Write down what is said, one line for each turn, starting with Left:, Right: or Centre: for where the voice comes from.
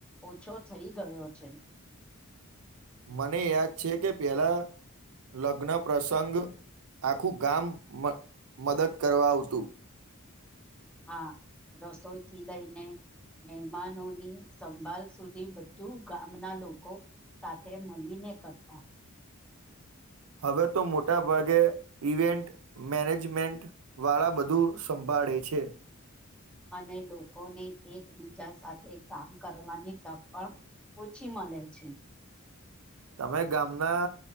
Centre: ઓછો થઈ ગયો છે.
Right: મને યાદ છે કે પહેલા લગ્ન પ્રસંગ આખું ગામ મ, મદદ કરવા આવતું.
Centre: હા, રસોઈ થી લઈને મહેમાનોની સંભાલ સુધી બધું ગામના લોકો સાથે મળીને કરતાં.
Right: હવે તો મોટા ભાગે, ઈવેન્ટ મેનેજમેન્ટવાળા બધું સંભાળ પાડે છે
Centre: અને લોકોને એકબીજા સાથે કામ કરવાની તક પણ ઓછી મલે છે.
Right: તમે ગામના